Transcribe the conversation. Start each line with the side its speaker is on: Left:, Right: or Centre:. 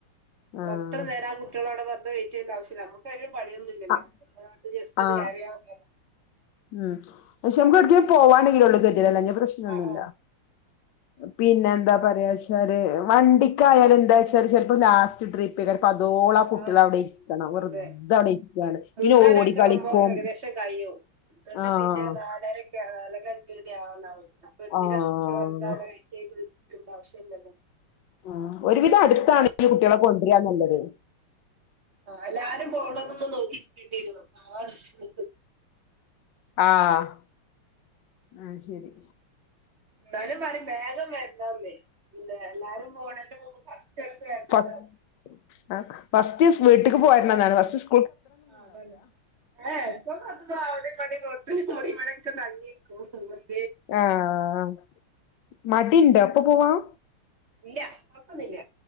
Left: ആഹ്
Right: അത്ര നേരം ആ കുട്ടികളവിടെ വെറുതെ വെയ്റ്റ് ചെയ്യേണ്ടാവശ്യമില്ല. നമ്മെക്കൊരു പണിയൊന്നും ഇല്ലല്ലോ
Left: ആഹ്
Right: അതുകൊണ്ട് ജസ്റ്റൊന്ന്
Left: ആഹ്
Right: കേറിയാ മതിയല്ലോ.
Left: ഉം പക്ഷെ നമ്മുക്കവിടേക്ക് പോവാണെങ്കിലൊള്ളൂ. ഗതി വലഞ്ഞ പ്രശ്നോന്നുമില്ല.
Right: ആഹ് ആഹ്
Left: പിന്നെ എന്താ പറയാെച്ചാല്, വണ്ടിക്കായാലും എന്താ വെച്ചാല് ചെലപ്പോ ലാസ്റ്റ് ട്രിപ്പേകാരം അതോളം ആ കുട്ടികളവിടെ
Right: ആഹ്
Left: ഇരിക്കാണ്. വെറ്തെ
Right: അതെ
Left: അവെടെയിരിക്കയാണ്.
Right: മൂന്നരൊക്കെ
Left: പിന്നെ ഓടി കളിക്കും.
Right: ആവുമ്പോ ഏകദേശം കഴിയും എന്നിട്ട്
Left: ആഹ്
Right: പിന്നെ നാലെരെക്കാ. നാലെരയഞ്ച് മണിയാവുന്നവെര്. അപ്പൊ എന്തിനൊക്കെന്താണ്
Left: ആഹ്
Right: വെറുതെവിടെവൈയിററ് ഇരിക്കേണ്ടാവശ്യല്ലല്ലോ.
Left: ഉം ഒരുവിധം അടുത്താണ് ഈ കുട്ടികളെ കൊണ്ടുവരാ നല്ലെത്.
Right: ആഹ് എല്ലാരും പോണോ നിങ്ങെനെ നോക്കിരിക്കേയും ചെയ്യുന്നത്. അതാണ് ഹു ഹു
Left: ആഹ് അത് ശെരി
Right: എന്താലും വരും. വേഗം വെരണോന്നേ. പിന്നെ എല്ലാരും പോണല്ലും മുമ്പ് ഫസ്റ്റെടുത്ത് കഴിഞ്ഞാ
Left: യക്ക് ഫസ്റ്റിസ് വീട്ടക്ക് പോയിരുന്നാണ് ഫസിസ്.
Right: ആ അതാണ്. എ എസ്തെക്ക് പത്തും രാവിലെ. ഒരു കൊട്ട് കുമ്മടി മണക്കതങിനികും കോട്ടുണ്ട്.
Left: ആഹ് മടി ണ്ടോഎപ്പൊ പോവാം
Right: ഇല്ല നക്കുന്നില്ല